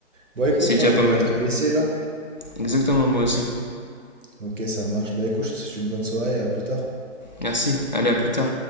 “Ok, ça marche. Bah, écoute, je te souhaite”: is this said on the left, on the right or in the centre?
Right